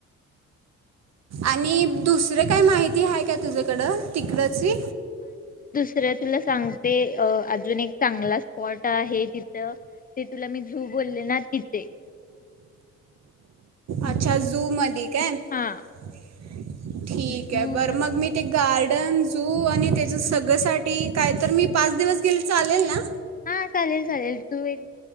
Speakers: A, on the right (about 60°); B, on the left (about 30°).
A: आणि दुसरे काय माहिती आहे का तुझ्याकड तिकडची
B: तर तुला सांगते अजून एक चांगला स्पॉट आहे तिथ ते तुला मी झू बोलले ना तिथे जू
A: अच्छा झू मधी काय? <inaudible>
B: हा
A: ठीकये
B: जू
A: बरं
B: मध्ये
A: मग
B: तू
A: मी ते गार्ड झू, आणि त्याच्या सगळंसाठी काय तर मी पाच दिवस गेले चालेल ना.
B: हा चालेल चालेल, तू एक